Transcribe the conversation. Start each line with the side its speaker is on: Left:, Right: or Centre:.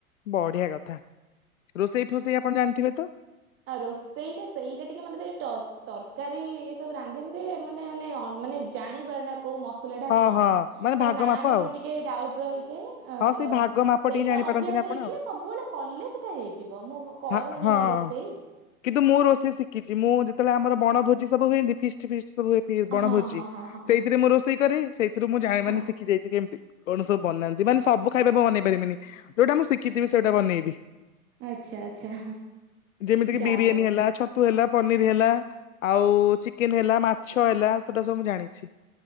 Left: ବଢିଆ କଥା ରୋଷେଇ ଫୋଷେଇ ଆପଣ ଜାଣିଥିବେ ତ?
Right: ଆଉ ରୋଷେଇଟା ସେଇଟା ଟିକେ ମତେ ଟିକେ ଟ। ତରକାରୀ ଏ ସବୁ ରାନ୍ଧି ମୁନ୍ଧି ମତେ ମାନେ ମାନେ ଜାଣିପାରେନା। କୋଉ ମସଲା ଟା
Left: ହଁ
Right: କଣ?
Left: ହଁ ମାନେ
Right: ତ
Left: ଭାଗ
Right: ନାଁ
Left: ମାପ
Right: ରେ
Left: ଆଉ
Right: ମୁଁ ଟିକେ ଡାଉଟ ରହିଯାଏ। ଅ
Left: ହଁ ସେଇ
Right: ତ
Left: ଭାଗ ମାପ
Right: ସେଇଟା
Left: ଟିକେ ଜାଣିପାରନ୍ତିନି
Right: ଅଭ୍ୟାସ
Left: ଆପଣ
Right: ହେଇଗଲେ
Left: ଆଉ।
Right: ସବୁବେଳେ କଲେ ସେଟା ହେଇଯିବ ମୁଁ। କରୁନି
Left: ହ ହଁ।
Right: ନା ରୋଷେଇ
Left: କିନ୍ତୁ ମୁଁ ରୋଷେଇ ଶିକିଚି। ମୁଁ ଯେତବଳେ ଆମର ବଣ ଭୋଜି ସବୁ ହୁଏନ୍ତି ଫିଷ୍ଟ ଫିଷ୍ଟ ସବୁ ହୁଏ। ସେ ବଣଭୋଜି
Right: ହଁ ହଁ ହଁ ହଁ
Left: ସେଇଥିରେ ମୁଁ ରୋଷେଇ କରେ ସେଇଥିରୁ ମୁଁ ଜାଣେ
Right: ହଁ
Left: ମାନେ ଶିଖେ। ଶିଖିଯାଇଛି କେମିତି କଣ ସବୁ ବନାନ୍ତି ମାନେସବୁ ଖାଇବା ମୁ ବନେଇ ପାରିବିନି, ଯଉଟା ମୁଁଶିଖିଥିବି ସେଇଟା ବନେଇିବି।
Right: ଆଚ୍ଛା ଆଚ୍ଛା।
Left: ଯେମିତି କି
Right: ଯାହା
Left: ବିରିୟାନୀ
Right: ହଉ।
Left: ହେଲା ଛ ତୁ ହେଲା ପନିର ହେଲା ଆଉ ଚିକେନ ହେଲା ମାଛ ହେଲା ସେଟା ସବୁ ମୁଁ ଜାଣିଛି।